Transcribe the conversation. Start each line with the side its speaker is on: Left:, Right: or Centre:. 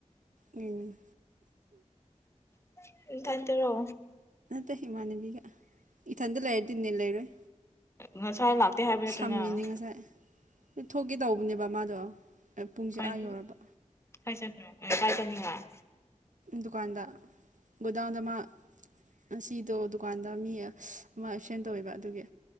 Right: ꯎꯝ
Left: <unintelligible> ꯏ ꯊꯟꯇꯔꯣ
Right: ꯅꯇꯦ ꯏꯃꯥꯟꯅꯕꯤꯒ ꯏꯊꯟꯇ ꯂꯩꯔꯗꯤ ꯅꯦꯠ ꯂꯩꯔꯣꯏ
Left: ꯉꯁꯥꯏ ꯂꯥꯛ ꯇꯦ ꯍꯥꯏꯕ ꯅꯠꯇ꯭ꯔꯣ
Right: ꯁꯝꯃꯤꯅꯦ
Left: ꯅꯪ
Right: ꯉꯁꯥꯏ ꯊꯣꯛꯀꯦ ꯇꯧꯕꯅꯦꯕ ꯃꯥꯗꯣ ꯄꯨꯡꯁꯦ
Left: ꯀꯥꯏꯗ
Right: ꯑꯥ ꯌꯧꯔꯕ
Left: ꯀꯥꯢ ꯆꯠꯈ꯭ꯔꯦ ꯀꯥꯏ ꯆꯠꯅꯤꯉꯥꯢ
Right: ꯗꯨꯀꯥꯟꯗ ꯒꯣꯗꯎꯟꯗ ꯃꯥ ꯉꯁꯤꯗꯣ ꯗꯨꯀꯥꯟꯗ ꯃꯤ ꯑꯃ ꯑꯦꯛꯁꯤꯗꯦꯟ ꯇꯧꯋꯦꯕ ꯑꯗꯨꯒꯤ